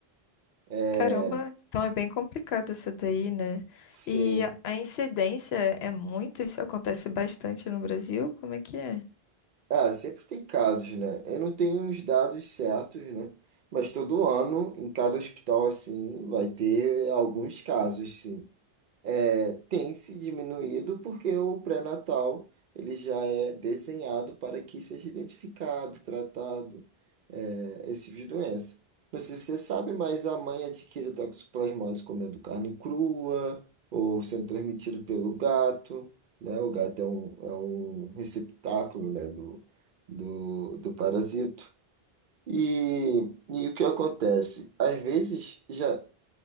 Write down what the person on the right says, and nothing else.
É,
sim.
Ah, sempre tem casos, né? Eu não tenho os dados certos, né? Mas todo ano, em cada hospital, assim, vai ter alguns casos, sim é, tem se diminuído porque o pré-natal ele já é desenhado para que seja identificado, tratado, é, esse tipo de doença. Não sei se você sabe, mas a mãe adquire toxoplasmose comendo carne crua ou sendo transmitido pelo gato, né? O gato é um, é um receptáculo, né, do, do, do parasito. E, e o que acontece? Às vezes já